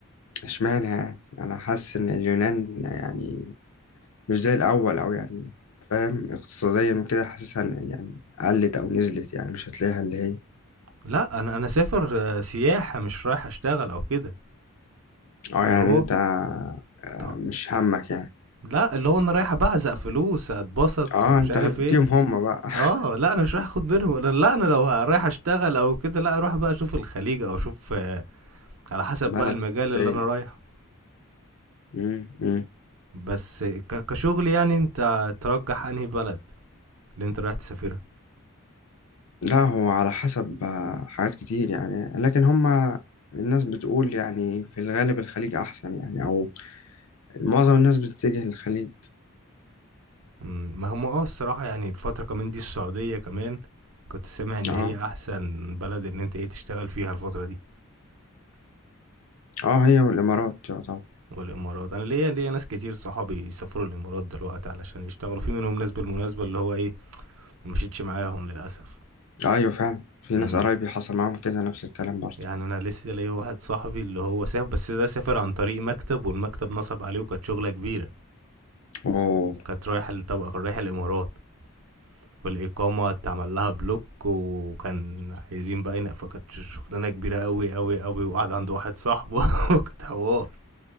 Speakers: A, on the left; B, on the right.
A: اشمعنى يعني انا حاسس ان اليونان يعني مش زي الاول او يعني فاهم اقتصاديا وكده حاسسها إن يعني قلت او نزلت يعني مش هتلاقيها اللي هي
B: لا انا انا سافر آه، سياحة مش رايح اشتغل او كده
A: اه يعني
B: اللي هو
A: انت آه،
B: ط-
A: مش همك يعني
B: لا اللي هو انا رايح ابعزق فلوس اتبسط
A: اه
B: ومش
A: انت
B: عارف
A: هتديهم
B: ايه
A: هم بقى
B: اه لا انا مش رايح اخد بينهم انا لا انا لو رايح اشتغل او كده لا اروح بقى اشوف الخليج او اشوف آه، على حسب
A: <laughs>
B: بقى
A: بلد
B: المجال
A: تاني
B: اللي انا رايحه
A: مم. مم.
B: بس ك- كشغل يعني انت ترجح انهي بلد اللي انت رايح تسافرها
A: لا هو على حسب آه، حاجات كتير يعني لكن هما الناس بتقول يعني في الغالب الخليج أحسن يعني أو معظم الناس بتتجه للخليج
B: مم، ما هم اه الصراحة يعني الفترة كمان دي السعودية كمان كنت سامع ان
A: اه
B: هي احسن بلد ان انت ايه تشتغل فيها الفترة دي
A: اه هي والإمارات يعتبر
B: والامارات انا ليا ليا ناس كتير صحابي بيسافروا الامارات دلوقتي علشان يشتغلوا في منهم ناس بالمناسبة اللي هو ايه ما مشيتش معاهم للاسف
A: أيوة فعلا في
B: مم.
A: ناس قرايبي حصل معاهم كده نفس الكلام برضه
B: يعني انا لسه ليا واحد صاحبي اللي هو سافر بس ده سافر عن طريق مكتب والمكتب نصب عليه وكانت شغلة كبيرة
A: أوه
B: كانت رايح طبعا كان رايح الامارات والاقامة اتعمل لها بلوك وكان عايزين بقى ينق فكانت شغلانة كبيرة قوي قوي قوي وقعد عند واحد صاحبه <laughs> وكانت حوار